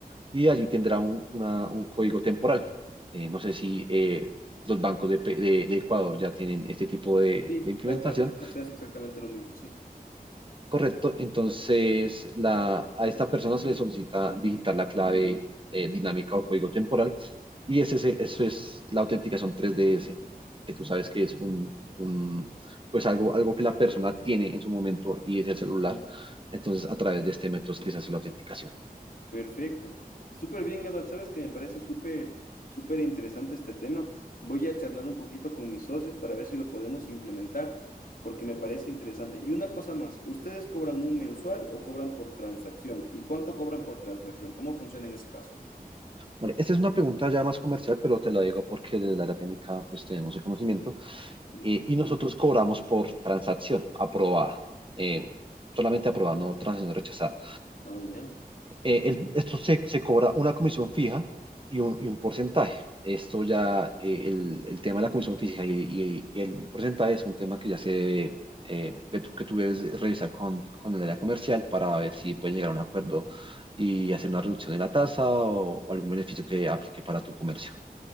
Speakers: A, on the right; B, on the left.
A: y allí tendrá un, una- un código temporal. Eh, no sé si eh, los bancos de, Pe- de- de Ecuador ya tienen este tipo de,
B: Sí,
A: de implementación.
B: tal cual, ajá, se hace exactamente lo mismo, sí.
A: Correcto, entonces la, a esta persona se le solicita digitar la clave eh, dinámica o código temporal y ese, se- eso es la autenticación 3DS, que tú sabes que es un, un, pues algo, algo que la persona tiene en su momento y es el celular.
B: Ujú.
A: Entonces, a través de este método es que se hace la autenticación.
B: Perfecto. Súper bien, Eduardo. Sabes que me parece súper, súper interesante este tema. Voy a charlar un poquito con mis socios para ver si lo podemos implementar, porque me parece interesante. Y una cosa más, ¿ustedes cobran un mensual o cobran por transacción? ¿Y cuánto cobran por transacción? ¿Cómo funciona en ese caso?
A: Vale, esta es una pregunta ya más comercial, pero te la digo porque desde la área técnica pues tenemos el conocimiento
B: Ujú.
A: eh, y nosotros cobramos por transacción aprobada, eh, solamente aprobada, no transacción rechazada.
B: Oh, ya.
A: eh, el- esto se, se cobra una comisión fija y un, y un porcentaje. Esto ya, eh, el, el tema de la comisión fija y, y- y el porcentaje es un tema que ya se debe, eh, que tú, que tú debes revisar con, con el área comercial para ver si pueden llegar a un acuerdo y hacer una reducción de la tasa o, o algún beneficio que aplique para tu comercio.